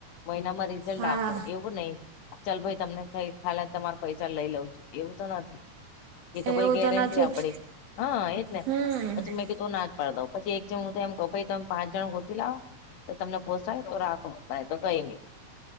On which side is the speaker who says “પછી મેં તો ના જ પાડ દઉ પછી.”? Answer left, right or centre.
Left